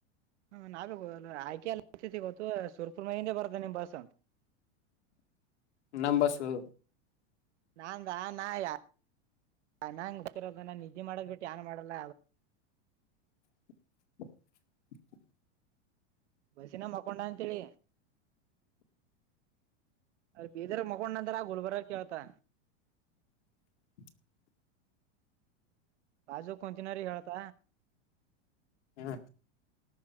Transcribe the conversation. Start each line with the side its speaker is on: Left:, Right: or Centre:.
Right: <unintelligible> ನಾವಬೇಕು ಆಯ್ಕೆ ಎಲ್ಲತಿ ಗೊತ್ತು ಸುರ್ಪುಲ್ <unintelligible> ಮೈಿಂದೇ ಬರ್ದ ನಿಮ್ ಬಸ್ ಅಂತ <inaudible>
Left: ನಮ್ಮ ಬಸ್ಸು
Right: ನಾಂಗಾ ನಾ ಯಾರ <inaudible> <unintelligible> ನಿದ್ದೆ ಮಾಡದು ಬಿಟ್ಟು ಬೇರೆ <unintelligible> ಏನು ಮಾಡಲ್ಲ
Left: <inaudible>
Right: ಬಸ್ನಲ್ಲಿ ಮಲಿಕೊಂಡಿದ್ದಾರೆ ಅಂತ ಹೇಳಿ ಬೀದರಲ್ಲಿ <unintelligible> ಮಲ್ಕೊಂಡೆ ಗುಲ್ಬರ್ಗದಲ್ಲಿ <unintelligible> ಎದ್ದೆ
Left: <inaudible>
Right: ಬಾಜು ಕುಂತಿನರಿ ಹೇಳ್ತ
Left: ಹಾ